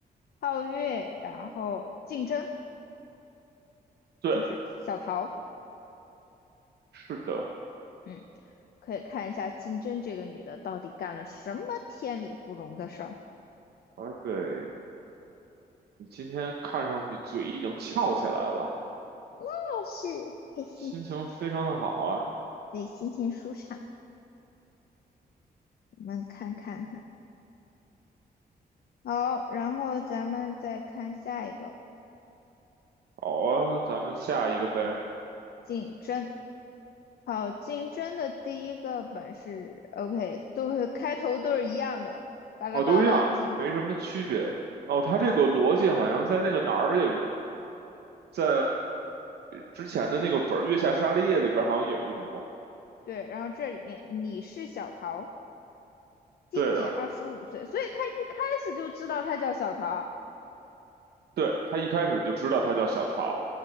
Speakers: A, on the left; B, on the right.
A: 皓月，然后竞争
B: 对，
A: 就是小桃。
B: 是的，
A: 嗯，可以看一下竞争这个女的到底干了什么天理不容的事儿，
B: 哎，对，你今天看上去嘴已经翘起来了，
A: 但是开心，
B: 心情非常的好啊。
A: 对，心情舒畅。我们看看，好，然后咱们再看下一个
B: 好啊，咱们下一个呗。
A: 竞争。好，竞争的第一个本是 OK，<laughs> 都会开头都是一样的，巴拉巴拉进。
B: 哦，都一样，没什么区别。哦，他这个逻辑好像在那个哪儿也用，
A: 好，
B: 在之前的那个本儿《月下沙利叶》里边儿好像也用过。
A: 对，然后这里面你是小桃，今年二十五岁，
B: 对的，
A: 所以他一开始就知道他叫小桃，
B: 对，他一开始就知道他叫小桃。